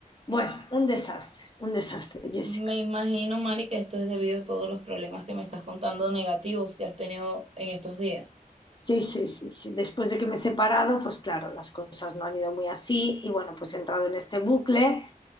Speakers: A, on the left; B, on the right.
A: Bueno, un desastre, un desastre, Jessica.
B: Me imagino, Mari, que esto es debido a todos los problemas que me estás contando negativos que has tenido en estos días.
A: Sí, sí, sí, sí. Después de que me he separado, pues claro, las cosas no han ido muy así y bueno, pues he entrado en este bucle